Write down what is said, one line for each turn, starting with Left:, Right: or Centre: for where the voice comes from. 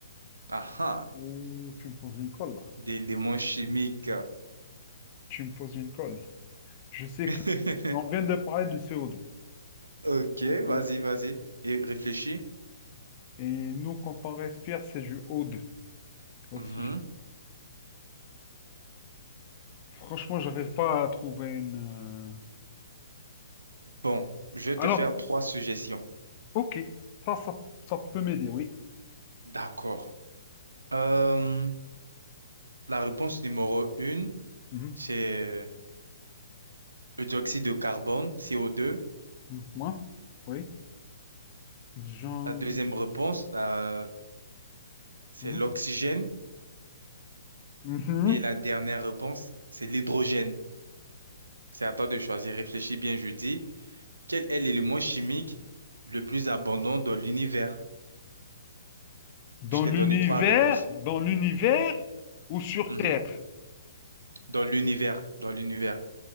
Right: Ah ah,
Left: Oh, tu me poses une colle là.
Right: d'éléments chimiques.
Left: Tu me poses une colle. Je sais
Right: <laughs>
Left: que on vient de parler du CO2.
Right: Ok,
Left: On-
Right: vas-y, vas-y. Et réfléchis.
Left: Et nous, quand on respire, c'est du O2, l'oxygène.
Right: Mhm.
Left: Franchement, j'arrive pas à trouver une, euh,
Right: Bon, je vais
Left: Alors,
Right: te faire trois suggestions.
Left: ok. Ça, ça, ça peut m'aider, oui.
Right: D'accord. Euh, la réponse numéro une,
Left: Mhm.
Right: c'est le dioxyde de carbone, CO2.
Left: Mhm. Moi? Oui. Jean...
Right: La deuxième réponse, la- c'est
Left: Mhm.
Right: l'oxygène.
Left: Mhm.
Right: Et la dernière réponse, c'est l'hydrogène. C'est à toi de choisir. Réfléchis bien, je dis. Quel est l'élément chimique le plus abondant dans l'univers?
Left: Dans
Right: Je t'ai
Left: l'univers,
Right: donné trois réponses.
Left: dans l'univers ou sur
Right: Mhm.
Left: Terre?
Right: Dans l'univers, dans l'univers.